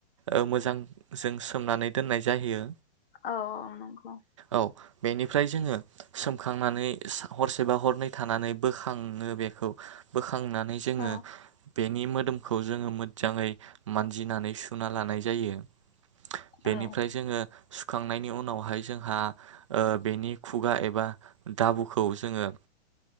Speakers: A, on the right; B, on the left.
A: ओ मोजांजों <unintelligible> सोमनानै दोननाय जाहैयो।
B: औ औ नंगौ।
A: औ बेनिफ्राय जोङो सोमखांनानै सा हरसेबा हरनै थानानै बोखाङो बेखौ बोखां थांनानै जोङो
B: औ
A: बेनि मोदोमखौ जोङो मोजाङै मानजिनानै सुना लानाय जायो। बेनिफ्राय
B: औ
A: जोङो सुखांनायनि उनावहाय जोंहा ओ बेनि खुगा एबा दाबुखौ जोङो